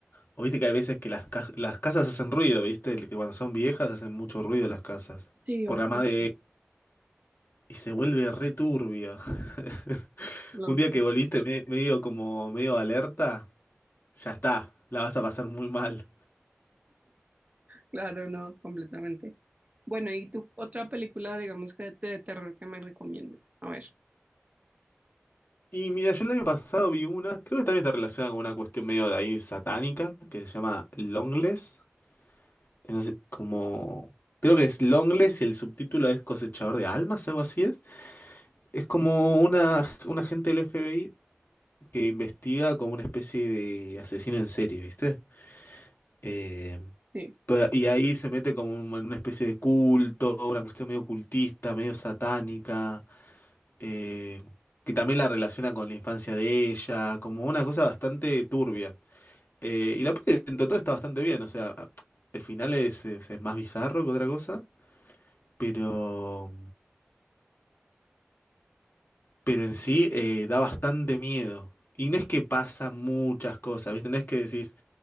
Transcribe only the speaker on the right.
Sí,
bastante.
Lo
sé.
Claro, no, completamente. Bueno, ¿y tú otra película, digamos que de terror que me recomiendes? A ver.
Sí.